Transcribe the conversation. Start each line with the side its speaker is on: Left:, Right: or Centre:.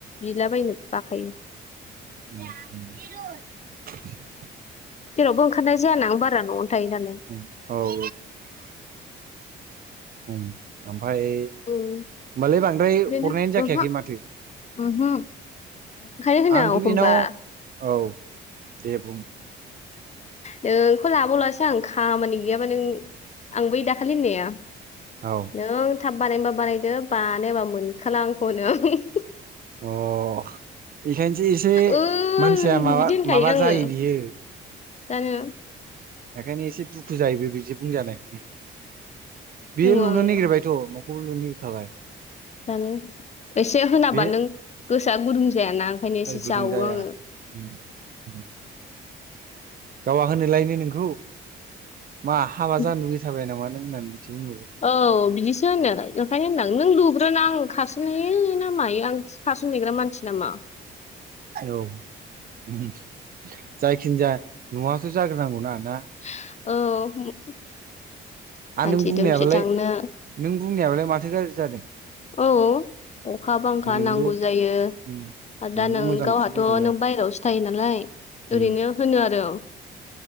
Left: बिलाबायनो बाखायो।
Right: <unintelligible>
Left: जेरावबो ओंखारनाय जायाना आं बारा न'आवनो थायो नालाय
Right: उम औ औ ओम ओमफ्राय होमबालाय
Left: उम
Right: बांद्राय
Left: बेनो
Right: हरनायानो जाखायाखै
Left: ओहो
Right: माथो।
Left: ओमहो ओंखायनो
Right: आंथ'
Left: होनो
Right: बेनाव
Left: आं एखमबा
Right: औ दे बुं।
Left: नोंखौ लाबावलासो आं खामानि गैयाबा नों आं बै दाखालि होननाया
Right: औ
Left: नों थाब बानायनोबा बानायदो बानायाबा मोनखाला आंखौ होनो आं उहु हु हु
Right: अ' बेखायनोसो एसे
Left: ओं
Right: मानसिया माबा
Left: बिदि होनखायो
Right: माबा
Left: आङो
Right: जायो बियो।
Left: जानो
Right: बेखायनो एसे दुखु जाहैबाय बिदि बुंजानायखायनो। बेयो
Left: बुङो
Right: लुनो
Left: आङो
Right: नागिरबायथ' न'खौबो लुनो नागिरखाबाय।
Left: जानो, एसे होनाबा
Right: बे
Left: नों गोसोआ गुदुं जायाना ओंखायनो एसे
Right: गुदुं
Left: जावो
Right: जाया
Left: आङो।
Right: उम उम। गावहा होनोलायनो नोंखौ मा हाबा
Left: उम
Right: जानो लुगैथाबाय नामा नों होननानै? बुंहरो
Left: औ। बिदिसो होनो। ओमफ्राय होनदां नों लुग्रोना आं खारसोन हायो ना मायो? आंसो खारसन हैग्रा मानसि नामा?
Right: औ उम। जायखिजाया न'आसो जाग्रोनांगौना ना?
Left: औ।
Right: आरो
Left: मानसि
Right: नों बुंनायाबालाय,
Left: दोमसि थांनो
Right: नों बुंनायाबालाय माथो गाज्रि जादों?
Left: औ। अखा बांखा
Right: नोंबो
Left: नांगौ जायो।
Right: उम
Left: दा
Right: नोंबो
Left: नों
Right: मोजांखौसो
Left: गावहाथ'
Right: बुंदोंना
Left: नों बायहेरायावसो थायो नालाय,
Right: उम
Left: ओरैनो होनो आरो आं।